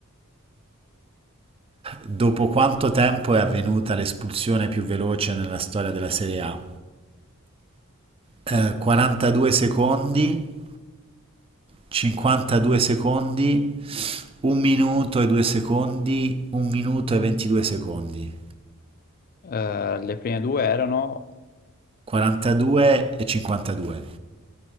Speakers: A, on the right; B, on the left.
A: Dopo quanto tempo è avvenuta l'espulsione più veloce nella storia della Serie A? Eh, 42 secondi, 52 secondi, 1 minuto e 2 secondi, 1 minuto e 22 secondi.
B: le prime due erano,
A: 42
B: quanti-
A: e 52.